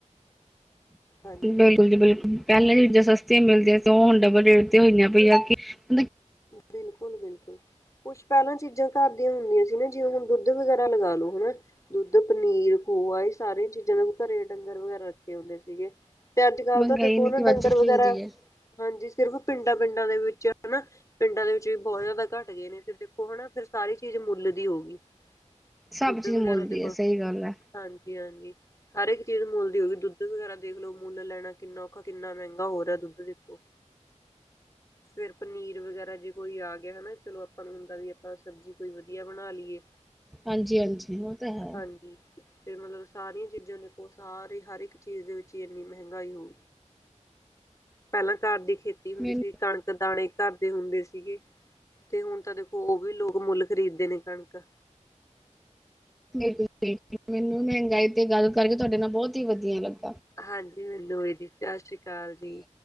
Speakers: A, on the left (about 25°); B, in the centre.
A: ਹਾਂਜੀ
B: ਬਿਲਕੁਲ ਜੀ ਬਿਲਕੁਲ, ਪਹਿਲਾਂ ਜੇ ਸਸਤੀਆਂ ਮਿਲਦੀਆਂ ਤੇ ਓ ਹੁਣ ਡੱਬਲ ਰੇਟ ਤੇ ਹੋਈਆਂ ਪਈਆਂ ਕਿ, ਮਤਲਬ
A: ਬਿਲਕੁਲ ਬਿਲਕੁਲ। ਕੁਛ ਪਹਿਲਾਂ ਚੀਜ਼ਾਂ ਘਰ ਦੀਆਂ ਹੁੰਦੀਆਂ ਸੀ ਨਾ ਜਿਵੇਂ ਹੁਣ ਦੁੱਧ ਵਗੈਰਾ ਲਗਾ ਲੋ ਹਨਾ। ਦੁੱਧ, ਪਨੀਰ, ਖੋਆ ਇਹ ਸਾਰੀਆਂ ਚੀਜ਼ਾਂ ਨੂੰ ਘਰੇ ਡੰਗਰ ਵਗੈਰਾ ਰੱਖੇ ਹੁੰਦੇ ਸੀਗੇ। ਤੇ ਅੱਜ ਕੱਲ੍ਹ
B: ਮਹਿੰਗਾਈ
A: ਤਾਂ ਦੇਖੋ
B: ਨੇ
A: ਹਨਾ
B: ਕਿ ਵੱਧ
A: ਡੰਗਰ
B: ਚੁੱਕੀ
A: ਵਗੈਰਾ।
B: ਹੁੰਦੀ ਹੈ।
A: ਹਾਂਜੀ ਸਿਰਫ ਪਿੰਡਾਂ ਪਿੰਡਾਂ ਦੇ ਵਿੱਚ ਹਨਾ। ਪਿੰਡਾਂ ਦੇ ਵਿੱਚ ਵੀ ਬਹੁਤ ਜ਼ਿਆਦਾ ਘੱਟ ਗਏ ਨੇ ਦੇਖੋ ਹਨਾ ਫਿਰ ਸਾਰੀ ਚੀਜ਼ ਮੁੱਲ ਦੀ ਹੋਊਗੀ
B: ਸਭ
A: ਦੁੱਧ
B: ਚੀਜ਼
A: ਵਗੈਰਾ
B: ਮੁੱਲ ਦੀ
A: ਦੇਖੋ
B: ਹੈ ਸਹੀ ਗੱਲ ਹੈ।
A: ਹਾਂਜੀ ਹਾਂਜੀ। ਹਰ ਇੱਕ ਚੀਜ਼ ਮੁੱਲ ਦੀ ਹੋ ਗਈ ਦੁੱਧ ਵਗੈਰਾ ਦੇਖਲੋ ਮੁੱਲ ਲੈਣਾ ਕਿੰਨਾ ਔਖਾ ਕਿੰਨਾ ਮਹਿੰਗਾ ਹੋ ਰਿਹਾ ਦੁੱਧ ਦੇਖੋ। ਫਿਰ ਪਨੀਰ ਵਗੈਰਾ। ਜੇ ਕੋਈ ਆ ਗਿਆ ਹਨਾ ਚਲੋ ਆਪਾਂ ਨੂੰ ਹੁੰਦਾ ਵੀ ਆਪਾਂ ਸਬਜ਼ੀ ਕੋਈ ਵਧੀਆ ਬਣਾ ਲਈ ਏ।
B: ਹਾਂਜੀ ਹਾਂਜੀ ਉਹ ਤਾਂ ਹੈ
A: ਹਾਂਜੀ, ਫਿਰ ਮਤਲਬ ਸਾਰੀਆਂ ਚੀਜ਼ਾਂ ਦੇਖੋ ਸਾਰੀ ਹਰ ਇੱਕ ਚੀਜ਼ ਦੇ ਵਿੱਚ ਹੀ ਇੰਨੀ ਮਹਿੰਗਾਈ ਹੋ, ਪਹਿਲਾਂ ਘਰ ਦੀ ਖੇਤੀ ਹੁੰਦੀ
B: ਮੈਨੂੰ
A: ਸੀ ਕਣਕ ਦਾਣੇ ਘਰਦੇ ਹੁੰਦੇ ਸੀਗੇ ਤੇ ਹੁਣ ਤਾਂ ਦੇਖੋ ਉਹ ਵੀ ਲੋਕ ਮੁੱਲ, ਖਰੀਦ ਦੇ ਨੇ ਕਣਕ
B: ਬਿਲਕੁਲ ਬਿਲਕੁਲ ਮੈਨੂੰ ਮਹਿੰਗਾਈ ਤੇ ਗੱਲ ਕਰਕੇ ਤੁਹਾਡੇ ਨਾਲ ਬਹੁਤ ਹੀ ਵਧੀਆ ਲੱ
A: ਹਾਂਜੀ ਮੈਨੂੰ ਵੀ ਜੀ ਸਤਿ ਸ਼੍ਰੀ ਅਕਾਲ ਜੀ।